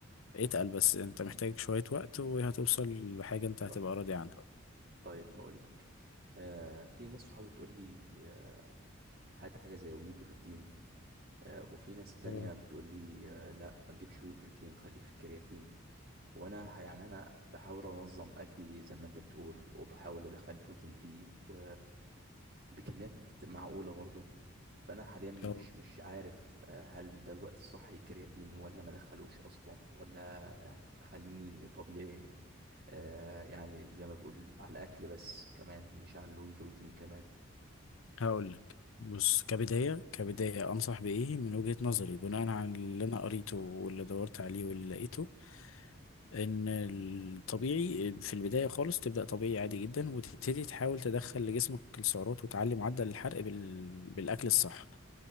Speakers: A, on the left; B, on the right.
A: اتقل بس انت محتاج شويه وقت وهتوصل لحاجه انت هتبقى
B: ط-
A: راضي عنها
B: طيب هقول لك آه... في ناس صحابي بتقول لي آه... هات حاجه زي وي بروتين آه... وفي ناس تانية
A: اه
B: بتقول لي آه... لا ما تجيبش وي بروتين خليك في كرياتين وانا ه- يعني انا بحاول انظم اكلي زي ما انت بتقول وبحاول ادخل بروتين فيه و بكميات معقوله برضه فانا حاليا مش
A: اه
B: مش عارف آه، هل ده الوقت الصح للكرياتين ولا ما ادخلوش اصلا ولا اخليني طبيعي آه، يعني زي ما بقول على الاكل بس كمان مش على الواي بروتين كمان
A: هقول لك بص كبداية كبداية أنصح بإيه من وجهة نظري بناء على اللي أنا قريته واللي دورت عليه واللي لقيته إن الطبيعي في البداية خالص تبدأ طبيعي عادي جدا وتبتدي تحاول تدخل لجسمك السعرات وتعلي معدل الحرق بال... بالأكل الصح